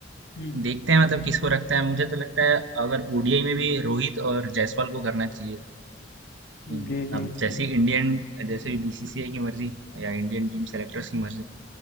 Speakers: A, on the left; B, on the right.
A: हम्म,
B: देखते हैं मतलब किसको रखता है मुझे तो लगता है अगर ओडीआई में भी रोहित और जायसवाल को करना चाहिए
A: हम्म,
B: हम्म,
A: जी जी
B: अब जैसे ही इंडियन जैसे बीसीसीआई की मर्जी या इंडियन टीम सेलेक्टर्स की मर्जी